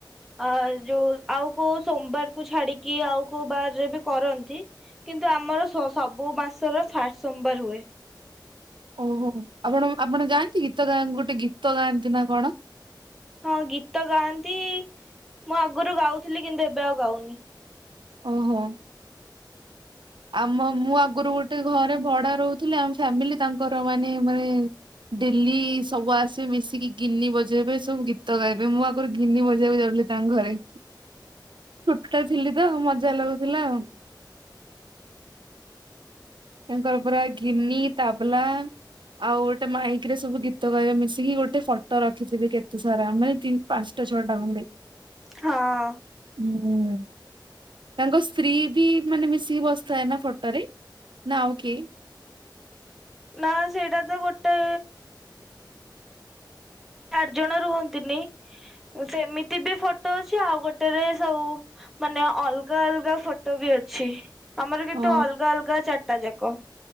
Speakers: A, in the centre; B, on the right.
A: ଆ ଯୋଉ ଆଉ କୋଉ ସୋମବାର କୁ ଛାଡିକି ଆଉ କୋଉ ବାରରେ ବି କରନ୍ତି କିନ୍ତୁ ଆମର ସବୁ ମାସର ଫାର୍ଷ୍ଟ ସୋମବାର ହୁଏ
B: ଓହୋ ଆପଣ ଆପଣ ଯାଆନ୍ତି ଗୀତ ଗା ଗୋଟେ ଗୀତ ଗାଆନ୍ତି ନା କଣ
A: ହଁ ଗୀତ ଗାଆନ୍ତି ମୁଁ ଆଗରୁ ଗାଉଥିଲି କିନ୍ତୁ ଏବେ ଆଉ ଗାଉନି।
B: ଓହୋ ଆମ ମୁଁ ଆଗରୁ ଗୋଟେ ଘରେ ଭଡା ରହୁଥିଲି ଆମ ଫ୍ୟାମିଲି ତାଙ୍କର ମାନେ ମାନେ ଡେଲି ସବୁ ଆସି ମିଶିକି ଗିନି ବଜେଇବେ ସବୁ ଗୀତ ଗାଇବେ ମୁଁ ଆଗରୁ ଗିନି ବଜେଇକୁ ଯାଉଥିଲି ତାଙ୍କ ଘରେ। ସୁଟ ଟା ଥିଲି ତ ମଜା ଲାଗୁଥିଲା ଆଉ ତାଙ୍କର ପୁରା ଗିନି ତାବଲା ଆଉ ଗୋଟେ ମାଇକି ରେ ସବୁ ଗୀତ ଗାଇବେ ମିଶିକି ଗୋଟେ ଫଟୋ ରଖିଥିବେ କେତେ ସାରା ମାନେ ତିନ ପାଞ୍ଚଟା ଛଅଟା ଖଣ୍ଡେ
A: ହଁଅ
B: ହୁଁ ତାଙ୍କ ସ୍ତ୍ରୀ ବି ମାନେ ମିଶିକି ବସିଥାଏ ନା ଫଟୋ ରେ। ନା ଓକେ
A: ନାଁ ସେଇଟା ତ ଗୋଟେ ଚାରି ଜଣ ରୁହନ୍ତିନି ସେମିତି ବି ଫଟୋ ଅଛି ଆଉ ଗୋଟେରେ ସବୁ ମାନେ ଅଲଗା ଅଲଗା ଫଟୋ ବି ଅଛି। ଆମର କିନ୍ତୁ
B: ହଁ
A: ଅଲଗା ଅଲଗା ଚାରିଟା ଯାକ।